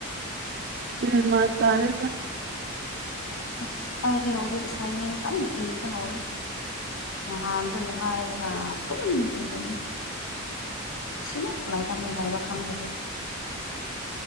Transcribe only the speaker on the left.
ꯑꯁ ꯍꯥꯏꯗꯤ ꯍꯧꯖꯤꯛ ꯑꯦꯁꯥꯏꯟꯃꯦꯟ ꯀꯟꯅ ꯏꯕ ꯍꯧꯔꯦ ꯅꯍꯥꯟꯇ ꯅꯨꯡꯉꯥꯏꯔꯒ ꯇ ꯇꯨꯝ ꯇ ꯁꯤꯃ ꯂꯥꯏꯔ ꯂꯩ ꯍꯥꯏꯕ ꯈꯪꯖ